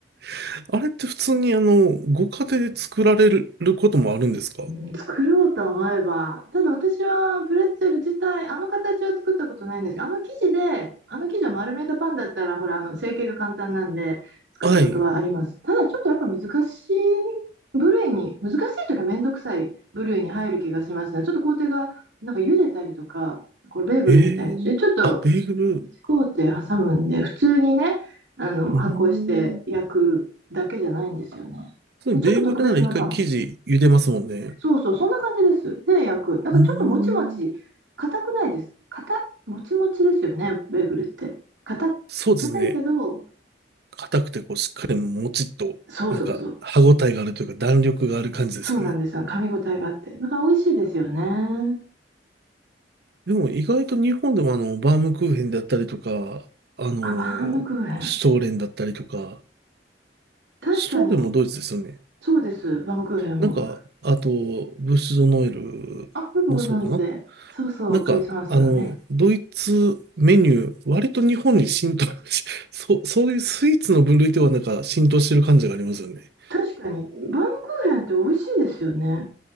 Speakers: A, on the right (about 60°); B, on the right (about 85°).
A: <laughs> あれって普通にあの、ご家庭で作られることもあるんですか
B: うん、作ろうと思えば、ただ私はプレッツェル自体、あの形を作ったことないんですがあの生地で、あの生地を丸めたパンだったら、ほら、あの成形が簡単なんで、作ったことはあります。
A: はい。
B: ただちょっとやっぱ難しい部類に、難しいというか、めんどくさい部類に入る気がしますね。ちょっと工程が、なんか茹でたりとか、これベーグルみたいにして、
A: ええあ、
B: ちょっと
A: ベーグル。
B: 工程挟むんで、普通にね、あの発酵して焼くだけじゃないんですよね。
A: うーん。そう、ベーグルなら一回生地茹でますもんね。
B: ちょっと特別なパン。そうそう、そんな感じです。で、焼く。なんかちょっともちもち、
A: うーん。
B: 硬くないです。硬、もちもちですよね、ベーグルって。硬け、
A: そうですね。
B: 硬いけど、
A: 硬くてこうしっかりもちっと、
B: そうそうそう。
A: なんか歯ごたえがあるというか弾力がある感じですよね。
B: そうなんですよ。噛み応えがあって。なんか美味しいですよね。
A: でも意外と日本でもあの、バームクーヘンだったりとか、あの、
B: あ、バームクーヘン。
A: シュトーレンだったりとか、
B: 確かに、
A: シュトーレンもドイツですよね。
B: そうです、バームクーヘンも。
A: なんか、あと、ブッシュドノエルもそうかな。
B: あ、よくご存知で。そうそう、
A: なんか、
B: クリスマスのね。
A: あの、ドイツメニュー、割と日本に浸透し、<laughs> そう、そういうスイーツの分類ではなんか浸透してる感じがありますよね。
B: 確かに、バームクーヘンって美味しいですよね。